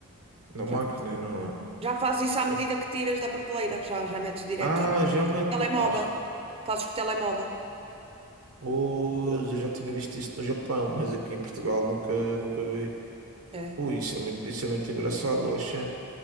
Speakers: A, on the right; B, on the right.
A: na máquina,
B: Já faz, isso.
A: não é?
B: já faz isso à medida
A: É-
B: que tiras da prateleira, já, já metes direto,
A: Ah,
B: já.
A: já mete
B: Telemóvel,
A: no carro.
B: fazes com o telemóvel.
A: Pois, eu já tinha visto isso no Japão, <laughs> mas aqui em Portugal nunca, nunca vi.
B: É.
A: Ui, isso é muito, isso é muito engraçado, Oxê.